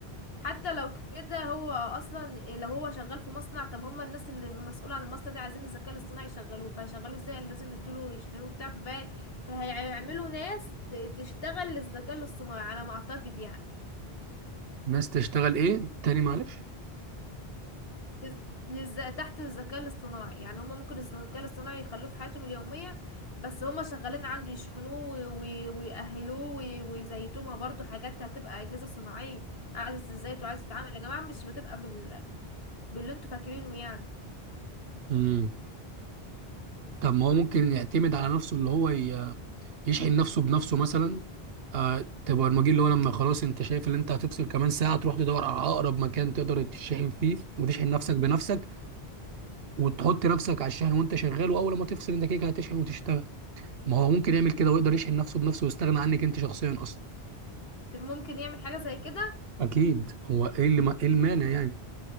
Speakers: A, on the left (about 70°); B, on the right (about 70°).
A: حتى لو كده هو اصلا لو هو شغال في مصنع طب هم الناس اللي مسؤولة عن المصنع دي عايزين الذكاء الاصطناعي يشغلوه فهيشغلوه ازاي يعني لازم يدوله يشحنوه بتاع فهي... فهيعملوا ناس ت- تشتغل للذكاء الاصطناعي على ما اعتقد يعني
B: الناس تشتغل ايه تاني معلش
A: لز... لز... تحت الذكاء الاصطناعي يعني هما ممكن الذكاء الاصطناعي يخلوه في حياتهم اليومية بس هما شغالين عنده يشحنوه و... و- ويأهلوه و... ويزيتوه ما برضه حاجات هتبقى أجهزة صناعية عايزة تزيت وعايزة تتعامل يا جماعة مش بتبقى بال... باللي انتوا فاكرينه يعني
B: امم طب ما هو ممكن يعتمد على نفسه اللي هو ي... يشحن نفسه بنفسه مثلا آه تبقى البرمجي اللي هو لما خلاص انت شايف ان انت هتفصل كمان ساعه تروح تدور على اقرب مكان تقدر تشحن فيه وتشحن نفسك بنفسك وتحط نفسك على الشحن وانت شغال واول ما تفصل انت كده كده هتشحن وتشتغل ما هو ممكن يعمل كده ويقدر يشحن نفسه بنفسه ويستغنى عنك انت شخصيا اصلا
A: ممكن يعمل حاجة زي كده
B: اكيد هو ايه اللي ما ايه المانع يعني